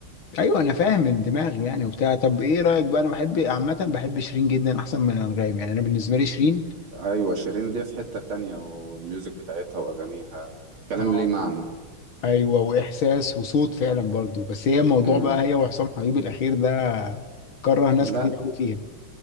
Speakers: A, on the left (about 70°); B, on the right (about 75°).
A: ايوه انا فاهم من دماغي يعني وبتاع طب ايه رايك بقى انا بحب عامه بحب شيرين جدا احسن من انغام يعني انا بالنسبه لي شيرين
B: ايوه شيرين دي في حته تانية والميوزك بتاعتها واغانيها كلام
A: اه
B: ليه معنى
A: ايوه واحساس وصوت فعلا برضو بس هي الموضوع
B: امم
A: بقى هي وحسام حبيب الاخير ده كره ناس
B: لا
A: كتير قوي فيها